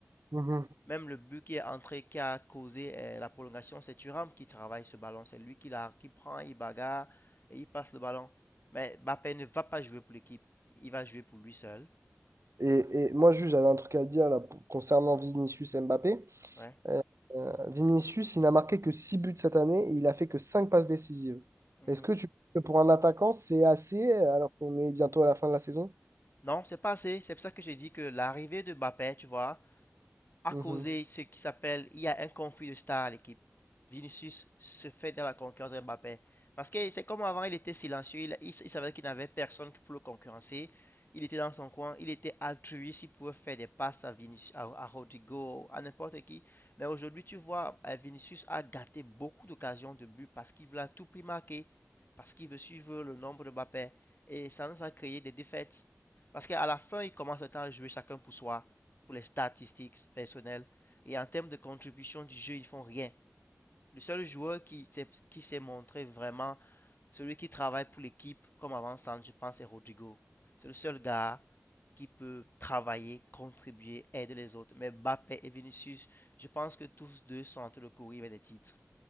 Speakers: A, on the right; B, on the left.
A: Mhm.
B: Même le but qui est entré, qui a causé euh, la prolongation, c'est Thuram qui travaille ce ballon. C'est lui qui, la, qui prend, il bagarre et il passe le ballon. Mais Mbappé ne va pas jouer pour l'équipe. Il va jouer pour lui seul.
A: Et, et moi, juste, j'avais un truc à dire là, pour- concernant Vinicius et Mbappé.
B: Ouais.
A: Euh, euh, Vinicius, il n'a marqué que 6 buts cette année et il a fait que 5 passes décisives.
B: Mhm.
A: Est-ce que tu penses que pour un attaquant, c'est assez alors qu'on est bientôt à la fin de la saison?
B: Non, c'est pas assez. C'est pour ça que j'ai dit que l'arrivée de Mbappé, tu vois, a
A: Mhm,
B: causé ce qui s'appelle, il y a un conflit de star à l'équipe. Vinicius se fait dans la concurrence de Mbappé. Parce que c'est comme avant, il était silencieux, il, il, il savait qu'il n'avait personne pour le concurrencer. Il était dans son coin, il était altruiste, il pouvait faire des passes à, Vinicius, à, à Rodrigo, à n'importe qui. Mais aujourd'hui, tu vois, euh, Vinicius a gâté beaucoup d'occasions de but parce qu'il veut à tout prix marquer, parce qu'il veut suivre le nombre de Mbappé. Et ça nous a créé des défaites. Parce qu'à la fin, il commence le temps à jouer chacun pour soi pour les statistiques personnelles et en termes de contribution du jeu, ils font rien. Le seul joueur qui s'est, qui s'est montré vraiment celui qui travaille pour l'équipe comme avant-centre, je pense, c'est Rodrigo. C'est le seul gars qui peut travailler, contribuer, aider les autres. Mais Mbappé et Vinicius, je pense que tous deux sont entre le courir avec des titres